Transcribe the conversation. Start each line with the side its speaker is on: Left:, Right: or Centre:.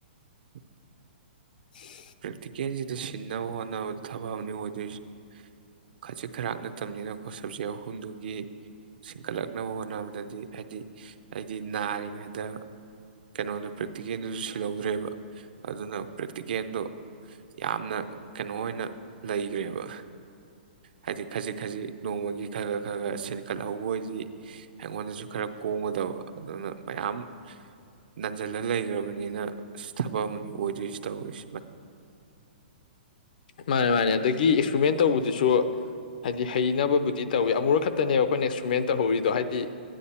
Right: ꯎꯝ
Left: <unintelligible>
Right: ꯄ꯭ꯔꯦꯛꯇꯤꯀꯦꯜꯁꯤꯗ ꯁꯤꯟꯅꯕ ꯍꯣꯠꯅꯕꯗ ꯊꯕꯛꯅꯦ ꯑꯣꯏꯗꯣꯏꯁ ꯈꯁꯤ ꯈꯔꯥꯛ ꯅꯠꯇꯕꯅꯤꯅ ꯑꯩ ꯁꯕꯖꯦꯛ ꯑꯍꯨꯝꯗꯨꯒꯤ ꯁꯤꯡꯀꯠꯂꯛꯅꯕ ꯍꯣꯠꯅꯕꯗꯗꯤ ꯍꯥꯏꯗꯤ ꯑꯩꯗꯤ ꯅꯥꯔꯤꯉꯩꯗ ꯀꯩꯅꯣꯗꯣ ꯄ꯭ꯔꯦꯛꯇꯤꯀꯦꯜꯗꯨꯁꯨ ꯁꯤꯜꯍꯧꯗ꯭ꯔꯦꯕ ꯑꯗꯨꯅ ꯄ꯭ꯔꯦꯛꯇꯤꯀꯦꯜꯗꯣ ꯌꯥꯝꯅ ꯀꯩꯅꯣ ꯑꯣꯏꯅ ꯂꯩꯈ꯭ꯔꯦꯕ ꯍꯥꯏꯗꯤ ꯈꯖꯤꯛ ꯈꯖꯤꯛ ꯅꯣꯡꯃꯒꯤ ꯈ ꯈ꯭ꯔ ꯈ ꯈ ꯁꯦꯟꯀꯠꯍꯧꯕ ꯑꯣꯏꯗꯤ ꯑꯩꯉꯣꯟꯗꯁꯨ ꯈꯔ ꯀꯣꯡꯒꯗꯕ ꯑꯗꯨꯅ ꯃꯌꯥꯝ ꯅꯟꯖꯜꯂ ꯂꯩꯈ꯭ꯔꯕꯅꯤꯅ ꯑ ꯊꯕꯛ ꯑꯃꯅꯤ ꯑꯣꯏꯗꯣꯏꯁꯤ ꯇꯧꯔꯤꯁꯦ
Left: ꯃꯥꯅꯦ ꯃꯥꯅꯦ ꯑꯗꯨꯗꯒꯤ ꯑꯦꯛꯁꯇ꯭ꯔꯤꯃꯦꯟ ꯇꯧꯕꯗꯨꯁꯨ ꯍꯥꯏꯗꯤ ꯍꯩꯅꯕꯕꯨꯗꯤ ꯇꯧꯋꯤ ꯑꯃꯨꯔꯛ ꯈꯛꯇꯅꯦꯕ ꯑꯩꯈꯣꯏꯅ ꯑꯦꯛꯁꯇ꯭ꯔꯤꯃꯦꯟ ꯇꯧꯍꯧꯔꯤꯗꯣ ꯍꯥꯏꯗꯤ